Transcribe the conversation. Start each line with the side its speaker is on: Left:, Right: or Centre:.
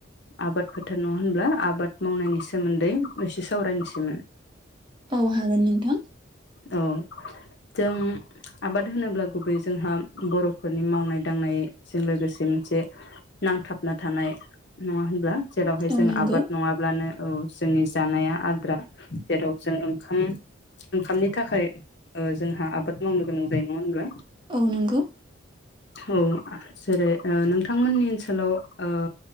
Left: आबाद फोथार नंङा होनब्ला आब बाद मावनायनि सोमोन्दै एसे सावरायनोसैमोन।
Right: औ हागोन नोंथां।
Left: औ जों आबाद होनोब्ला गुबैयै जोंहा बर'फोरनि मावनाय दांनायजों लोगोसे मोनसे नांथाबना थानाय नङा होनब्ला? जेरावहाय
Right: औ
Left: जों
Right: नंगौ
Left: आबाद नङाब्लानो औ जोंनि जानाया आद्रा जेराव जों ओंखाम ओंखामनि थाखाय ओ जोंहा आबाद मावनो गोनां जायो नङा होनब्ला?
Right: औ नंगौ।
Left: औ जेरै ओ नोंथांमोननि ओनसोलाव ओ